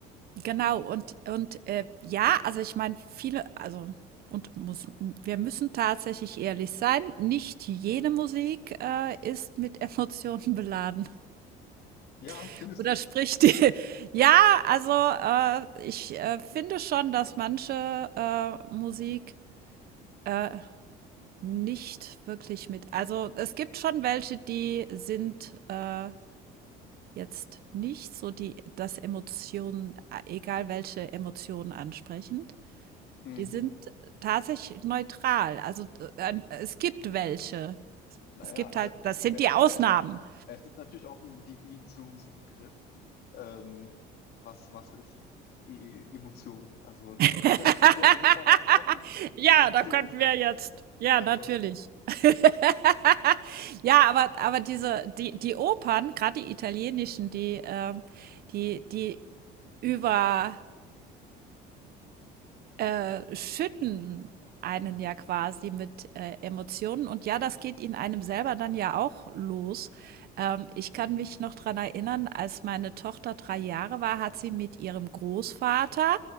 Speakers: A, on the right; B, on the left.
A: genau. Und und, äh, ja, also ich meine, viele also und muss wir müssen tatsächlich ehrlich sein, nicht jede Musik, äh, ist mit Emotionen beladen
B: Ja,
A: <laughs>
B: findest
A: oder
B: du?
A: spricht die <laughs> ja, also, äh, ich, äh, finde schon, dass manche, äh, Musik, äh Nicht wirklich mit. Also es gibt schon welche, die sind äh, jetzt nicht so die, das Emotionen, äh, egal welche Emotionen ansprechend.
B: Mhm.
A: Die sind tatsächlich neutral. Also äh, es gibt welche.
B: Ja, naja,
A: Es gibt
B: aber
A: halt, das sind
B: es
A: die
B: ist,
A: Ausnahmen.
B: na- es ist natürlich auch ein Definitionsbegriff. Ähm, was, was ist e E, Emotion? Also neutral
A: <laughs>
B: <laughs> könnte ja gewissermaßen auch eine
A: Ja,
B: Emotion
A: da könnten
B: sein.
A: wir jetzt ja,
B: Also,
A: natürlich. <laughs> Ja, aber aber diese die die Opern, gerade die italienischen, die, ähm die die über äh, schütten einen ja quasi mit äh, Emotionen. Und ja, das geht in einem selber dann ja auch los. Ähm, ich kann mich noch daran erinnern, als meine Tochter drei Jahre war, hat sie mit ihrem Großvater,